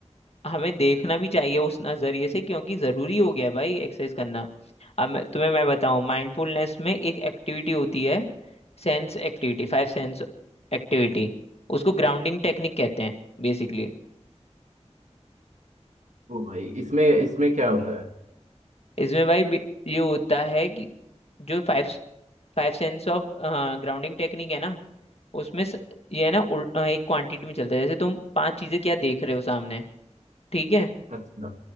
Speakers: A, on the left; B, on the right.
A: हमें देखना भी चाहिए उस नजरिए से क्योंकि जरूरी हो गया है भाई एक्सरसाइज करना अब मैं, तुम्हें मैं बताऊं माइंडफुलनेस में एक एक्टिविटी होती है sense activity five sense activity उसको ग्राउंडिंग टेक्निक कहते हैं बेसिकली
B: ओ भाई इसमें इसमें क्या होता है
A: इसमें भाई बे- ये होता है कि जो five five sense of grounding technique है ना उसमें स- ये है ना उल- अ, एक क्वांटिटी में चलता है जैसे तुम पांच चीजें क्या देख रहे हो सामने ठीक है
B: अच्छा